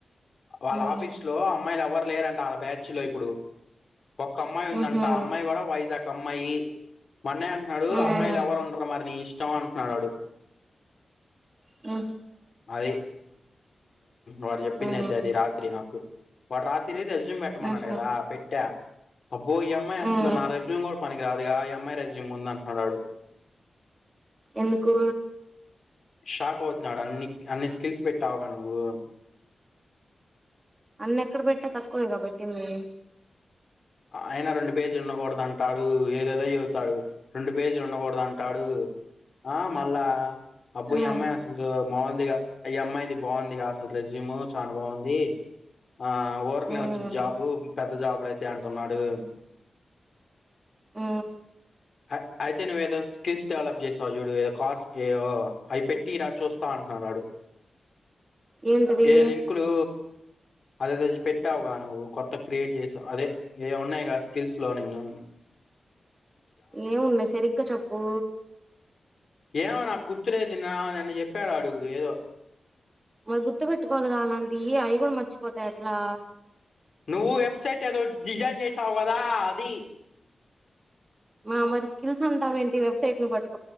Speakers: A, on the left (about 55°); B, on the right (about 25°).
A: వాళ్ళ
B: మ్మ్
A: ఆఫీస్ లో అమ్మాయిలు ఎవరు ప్లేయర్ అంట వాళ బ్యాచ్ లో ఇప్పుడు ఒక అమ్మాయి ఉందంట
B: మ్హు
A: ఆ అమ్మాయి కూడా వైజాగ్ అమ్మాయి సమయి మా ఆన్నయ అంటుడు
B: మ్మ్
A: అమ్మాయిలు ఎవరు ఉండరు మరి నీ ఇష్టం ఇష్టం అట్న్డాడు
B: ఆ
A: అదది వారు చెప్పింది
B: మ్మ్
A: అయితే అది రాత్రి నాకు వ రా తి రెజ పెట్టమకుదా
B: మ్హు
A: పెట్టా అబయి ఎమ్మాయాస్
B: మ్మ్
A: నా రజ కూడా పనికి రాదిగా ఆ అమ్మాయి రజ్య ముంద అంటున్నాడాడు
B: ఎందుకు
A: షాక్ అవుతున్నాడు అన్ని అన్ని స్కిల్స్ పెట్టావుగా నువ్వు
B: అన్న ఎక్కడ పెట్టా తక్కువే గా పెట్టింది
A: అయినా రెండు పేజీలు ఉండకూడద ఏదేదో చెబతాడు రెండు పేజీలు ఉండకూడదు అంటాడు ఆ మళ్ళా అబ్బో
B: మ్మ్
A: ఈ అమ్మా అసలు మముల్ది కాదు ఈ అమ్మాయిది బాగుంది అసలు రెజ్యూమ్ చాలా బాగుంది ఆ ఊర్కనే
B: మ్మ్
A: వచ్చిది జాబు పెద్ద జాజ్లో <unintelligible> త్తమ్మాడిగేమ్
B: ఆ
A: అయి అయితే నువ్వు ఏదో స్కిల్స్ డెవలప్ చేస్తావు. చూడు ఏదో కాస్టీ ఏవొ అవి పెట్టి ఇరా చూస్తా అంటున్నాడు వాడు.
B: ఏంటిది
A: ఏ లింకులు అదే రోజు పెట్టావుగా నువ్వు కొత్త క్రియేట్ చేసావు. అదే ఏ ఉన్నాయి కా స్కిల్స్ లో నిన్నుని
B: ఏమున్నాయి సరిగ్గా చెప్పు
A: ఏమో నాకు గుర్తులేదు నిన్నా నన్న చెప్పాడు అడుగు ఏదో
B: మరి గుర్తు పెట్టుకోవాలక అలాంటి ఇయి అయికూడా మర్చిపోతే ఏట్లా
A: నువ్వు వెబ్సైట్ ఏదో డిజైన్ చేసావ్ కదా అది
B: మా మరి స్కిల్స్ అంటవేంటి వెబ్సైట్ ని పట్టుక్